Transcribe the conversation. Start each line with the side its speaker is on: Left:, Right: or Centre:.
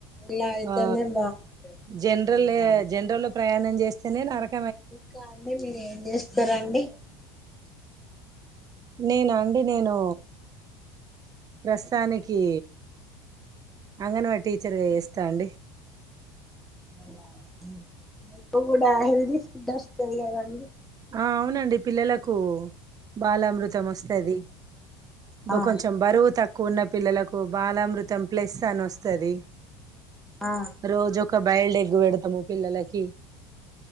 Centre: ఇలా అయితేనే
Right: ఆ
Centre: బాగుంటది
Right: జనరలే
Centre: వెళ్ళడానికి
Right: జనరల్లో ప్రయాణం చేస్తేనే నరక్
Centre: ఇంకా అండి మీరెం చేస్తరండి
Right: నేన అండి నేను ప్రస్తుతానికి అంగన్ వాడి టీచర్గా చేస్తా అండి
Centre: అ మీకు కూడా హెల్దీ ఫుడ్ వస్తది కదా అండి
Right: ఆ అవునండి పిల్లలకు బాలమృతం వస్తది బో
Centre: ఆ
Right: కొంచెం బరువు తక్ ఉన్న పిల్లలకు బాలామృతం ప్లెస్ అని వస్తుంది
Centre: ఆ
Right: రోజు ఒక బయల్డెగ్గు పెడతాము పిల్లలకి